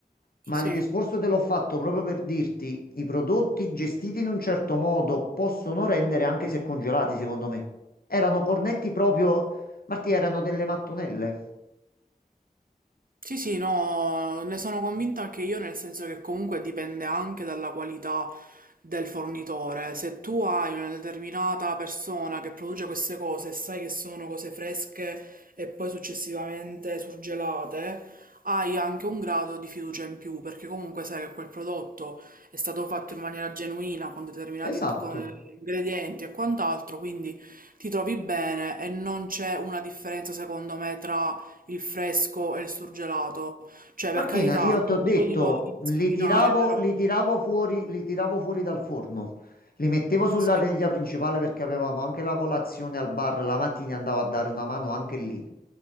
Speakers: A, on the left; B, on the right.
A: Ma
B: sì.
A: il discorso te l'ho fatto proprio per dirti, i prodotti gestiti in un certo modo possono rendere anche se congelati, secondo me. Erano cornetti proprio, Marti, erano delle mattonelle.
B: Sì, sì, no, ne sono convinta anche io, nel senso che comunque dipende anche dalla qualità del fornitore. Se tu hai una determinata persona che produce queste cose e sai che sono cose fresche e poi successivamente surgelate, hai anche un grado di fiducia in più, perché comunque sai che quel prodotto è stato fatto in maniera genuina, con determinati
A: Esatto.
B: con ingredienti e quant'altro, quindi ti trovi bene e non c'è una differenza, secondo me, tra il fresco e il surgelato. Cioè, per
A: Martina,
B: carità,
A: io
B: non
A: ti ho detto,
B: voglio discriminare,
A: li tiravo,
B: però
A: li tiravo fuori, li tiravo fuori dal forno. Li mettevo sulla
B: sì,
A: teglia principale perché avevamo anche la colazione al bar la mattina e andavo a dare una mano anche lì.